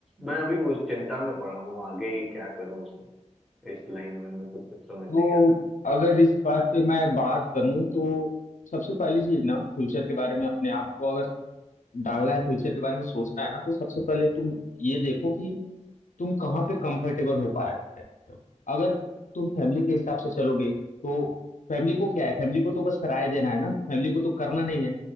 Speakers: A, in the centre; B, on the left.
A: मैं अभी उस चिंता में पड़ा हूँ आगे ही क्या करूँ इसमें इस लाइन में मेरे को कुछ समझ
B: तो
A: नहीं आ रहा
B: अगर इस बात पे मैं बात करूं तो सबसे पहली चीज ना फ्यूचर के बारे में अपने आप को अगर डालना है फ्यूचर के बारे में सोचना है ना तो सबसे पहले तुम ये देखो कि तुम कहाँ पे कंफर्टेबल हो पा रहे हो अगर तुम फैमिली के हिसाब से चलोगे तो फैमिली को क्या है फैमिली को तो बस राय देना है ना फैमिली को तो करना नहीं है